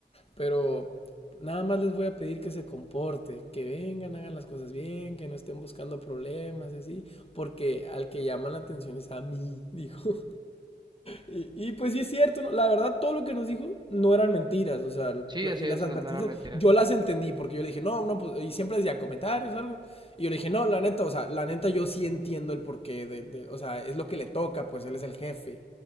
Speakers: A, on the left; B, on the right.
A: Pero nada más les voy a pedir que se comporten, que vengan, hagan las cosas bien, que no estén buscando problemas, así, porque al que llama la atención es a mí, <laughs> dijo. Y, y pues sí es cierto, ¿no? la verdad todo lo que nos dijo no eran mentiras, o sea,
B: Sí, así
A: y las
B: es,
A: advertencias
B: no, no era mentira.
A: yo las entendí, porque yo le dije, no, no, pues, y siempre decía comentarios o algo, y yo le dije, no, la neta, o sea, la neta yo sí entiendo el porqué, de, de o sea, es lo que le toca, pues él es el jefe.